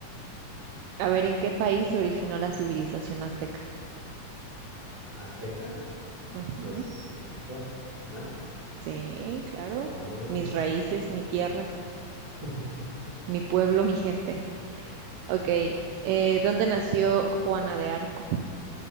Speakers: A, on the right (about 85°); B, on the right (about 35°).
A: A ver, ¿en qué país se originó la civilización azteca?
B: Azteca,
A: Ujú.
B: pues México, ¿no?
A: Sí, claro.
B: Dale.
A: Mis raíces, mi tierra,
B: <laughs>
A: mi pueblo, mi gente. Ok. eh, ¿dónde nació Juana de Arco?